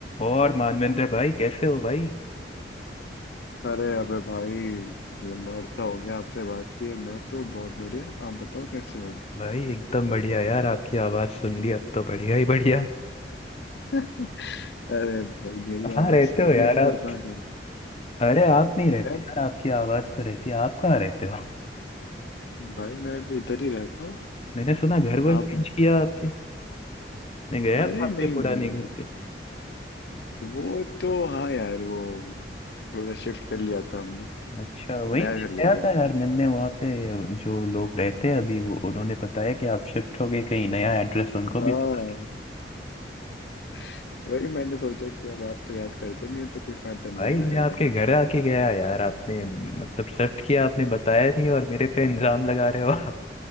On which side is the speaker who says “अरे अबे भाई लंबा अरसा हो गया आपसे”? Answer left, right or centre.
Left